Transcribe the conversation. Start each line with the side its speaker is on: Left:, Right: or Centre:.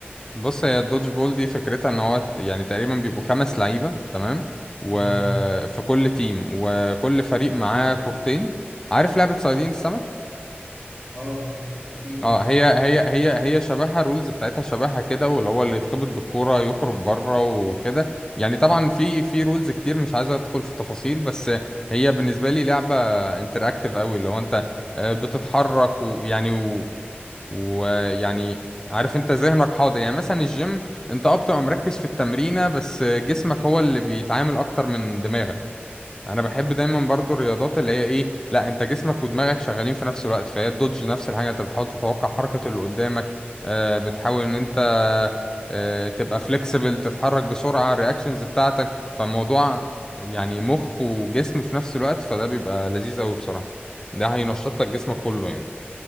Left: بص هي الدودج بول دي فكرتها ان هو ت- يعني تقريبا بيبقوا خمس لعيبة تمام وفي
Right: اه
Left: كل تيم وكل فريق معاه كورتين عارف لعبة صيادين السمك
Right: اه اكيد يعني
Left: اه هي هي هي هي شبهها الرولز بتاعتها شبهها كده واللي هو اللي يتخبط بالكورة يخرج بره وكده يعني طبعا في في رولز كتير مش عايز ادخل في التفاصيل بس هي بالنسبة لي لعبة انتراكتيف قوي اللي هو انت آه، بتتحرك ويعني ويعني عارف انت ذهنك حاضر يعني مثلا الجيم انت اه بتبقى مركز في التمرينة بس جسمك هو اللي بيتعامل اكتر من دماغك انا بحب دايما برضو الرياضات اللي هي ايه لا انت جسمك ودماغك شغالين في نفس الوقت فهي الدوج نفس الحاجة انت بتحاول تتوقع حركة اللي قدامك آه، بتحاول ان انت آه، تبقى فليكسبل تتحرك بسرعة الرياكشنز بتاعتك فالموضوع يعني مخ وجسم في نفس الوقت فده بيبقى لذيذ قوي بصراحة ده هينشط لك جسمك كله يعني